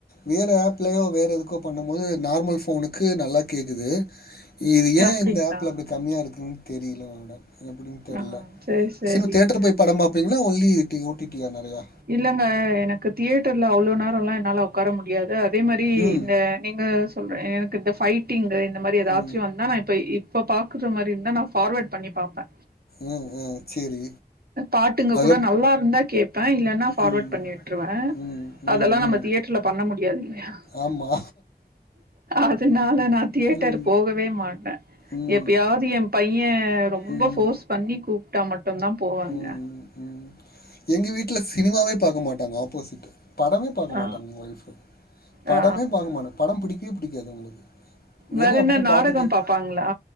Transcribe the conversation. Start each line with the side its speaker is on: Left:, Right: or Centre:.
Left: வேற ஆஃப்லயோ வேற எதுக்கோ பண்ணும் போது நார்மல் ஃபோனுக்கு நல்லா கேக்குது இது ஏ
Right: அப்டிங்களா
Left: இந்த ஆஃப்ல இப்டி கம்மியா இருக்குதுனு தெரியில மேடம் எப்டின்னு தெர்ல
Right: ஆ சேரி சேரிங்க
Left: சினிமா தேட்ருல போய் படம் பாப்பீங்களா only T O T T ஆ நெறையா
Right: இல்லங்க எனக்கு தியேட்டர்ல அவ்ளோ நேரல்லா என்னால உக் உக்கார முடியாது அதே மாரி
Left: ம்
Right: இந்த நீங்க சொல்ற எனக்கு இந்த ஃபைவ் டிங்கு இந்த மாரி எதாச்சு
Left: ம்
Right: வந்தா நா இப்ப இப்ப பாக்குற மாரி இருந்தா நா ஃபார்வேர்ட் பண்ணி பாப்பே
Left: ம் ம் சேரி
Right: பாட்டுங்க
Left: அதுல
Right: கூட நல்லா இருந்தா கேப்பே இல்லன் னா ஃபார்வேர்ட்
Left: ம்
Right: பண்ணி விட்ருவே
Left: ம்
Right: அதல்லா
Left: ம்
Right: நம்ம
Left: ம்
Right: தியேட்டர்ல பண்ண முடியாது இல்லயா
Left: ஆமா
Right: அதுனால நா தியேட்டர்
Left: ம்
Right: போகவே மாட்டே
Left: ம்
Right: எப்பையாவது எ பையே ரொம்ப
Left: ம்
Right: ஃபோர்ஸ் பண்ணி கூப்ட்டா மட்டுந்தா போவாங்க.
Left: ம் ம் எங்க வீட்ல சினிமாவே பாக்க மாட்டாங்க ஆப்போசிட்டு படமே பாக்க
Right: ஆ
Left: மாட்டாங்க எங்க ஒய்ஃபு படமே
Right: ஆ
Left: பாக்க மாட்டாங் படம் பிடிக்கவே பிடிக்காது அவுங்களுக்கு வெறு
Right: வேற
Left: அப்பப்ப
Right: என்ன நாடகம்
Left: பாட்டு கேட்டு
Right: பாப்பாங்களா?